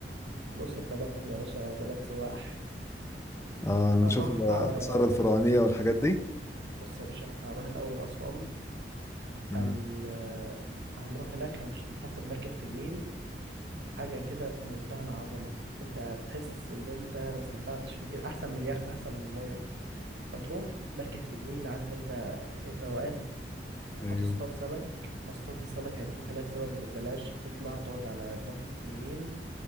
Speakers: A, on the right (about 70°); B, on the left (about 15°).
A: الأقصر بلدنا يا باشا بلد سواح
B: اه نشوف
A: هنروح
B: ال-
A: آه،
B: الآثار الفرعونية والحاجات دي
A: بص يا باشا احنا هنروح الأول أسوان
B: امم
A: هن آه، هنروح هناك هناخد مركب في النيل حاجة كده في منتهى العظمة انت تحس ان انت ما استمتعتش في كده احسن من اليخت احسن من المية هتروح مركب في النيل عارف انت الروقان
B: ايوه
A: هتصطاد سمك مصطاد السمك هيدوك هناك سمك ببلاش هتطلع تقعد على ضفة النيل